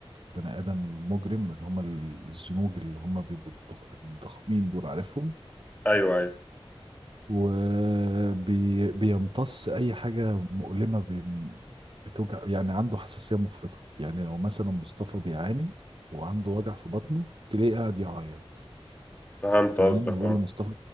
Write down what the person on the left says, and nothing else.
ايوه ايوه
فهمت
قصدك
اه